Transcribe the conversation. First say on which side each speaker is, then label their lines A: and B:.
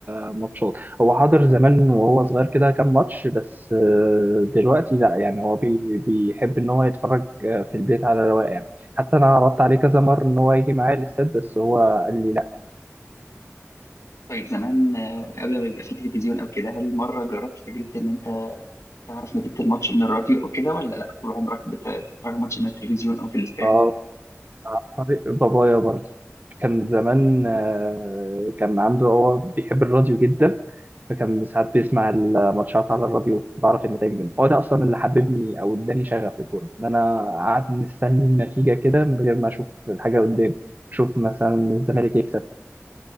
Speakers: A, on the right (about 35°); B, on the left (about 75°).
A: آه ماتشات هو حضر زمان وهو صغير كده كام ماتش بس آه دلوقتي لا يعني هو بي بيحب ان هو يتفرج آه في البيت على رواقه يعني حتى انا عرضت عليه كذا مرة ان هو يجي معايا الاستاد بس هو قال لي
B: طيب زمان آه، قبل ما يبقى في تلفزيون أو كده هل مرة جربت تجربة إن أنت تعرف نتيجة الماتش من الراديو أو كده ولا لأ طول عمرك بت- بتتفرج ماتش من التلفزيون أو في الاستاد؟
A: لا عن طريق بابايا برضه كان زمان آه، كان عنده هو بيحب الراديو جدا فكان ساعات بيسمع الماتشات على الراديو بعرف النتائج منه هو ده اصلا اللي حببني او اداني شغف الكوره ان انا قعدت مستني النتيجه كده من غير ما اشوف الحاجه قدامي اشوف مثلا الزمالك يكسب